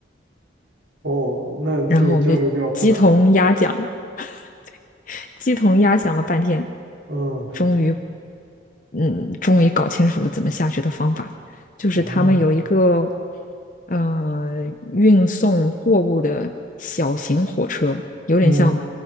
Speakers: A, on the right; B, on the left.
A: 哦，那就交流比较困难了。
B: 然后我们就鸡同鸭讲，<laughs> 鸡同鸭讲了半天，
A: 嗯，
B: 终于，嗯，终于搞清楚了怎么下去的方法。就是他们有一个，
A: 哦，
B: 呃，运送货物的小型火车，有点像
A: 嗯